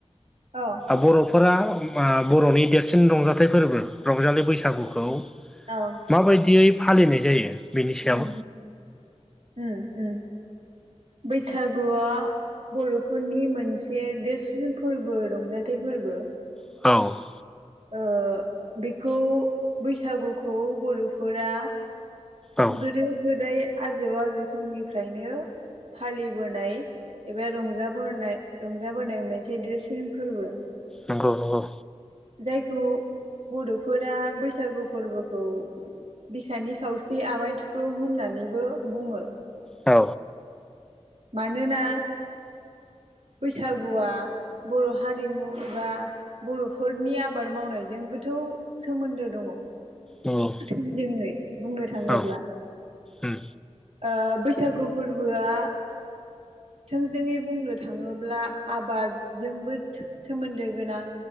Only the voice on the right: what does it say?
औ।
औ।
उम उम उम बैसागुआ बरफोरनि मोनसे देरसिन फोरबो रंजाथाइ फोरबो।
ओ बेखौ बैसागुखौ बरफोरा
गोदो गोदाय आजौ आजै समनिफ्रायनो फालिबोनाय एबा रंजाबोनाय रंजाबोनाय मोनसे देरसिन फोरबो।
जायखौ बडफोरा बैसागु फोरबोखौ बिखानि खावसे आमाय थुखुल होननानैबो बुङो।
मानोना बैसागुआ बर' हारिमु एबा बर'फोरनि आबाद मावनायजों गोथौ सोमोन्दो दंङ।
थोंजोंङै बुंनो थांङोब्ला
ओ बैसागु फोरबोआ थोंजोंङै बुंनो थांङोब्ला आबादजोंबो थो सोमोन्दो गोनां